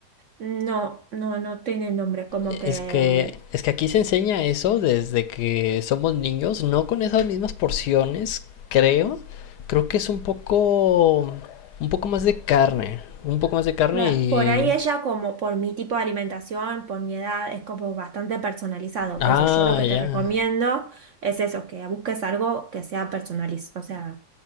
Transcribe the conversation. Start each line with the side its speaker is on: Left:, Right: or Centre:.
Right: No, no, no tiene nombre, como
Left: Es
Right: que
Left: que,
Right: mm,
Left: es que aquí se enseña eso desde que somos niños, no con esas mismas porciones, creo. Creo que es un poco, un poco más de carne, un poco más de carne
Right: Claro,
Left: y,
Right: por ahí ella como por mi tipo de alimentación, por mi edad, es como bastante personalizado.
Left: ah,
Right: Por eso yo lo que
Left: ya,
Right: te recomiendo es eso, que busques algo que sea personalizado, o sea,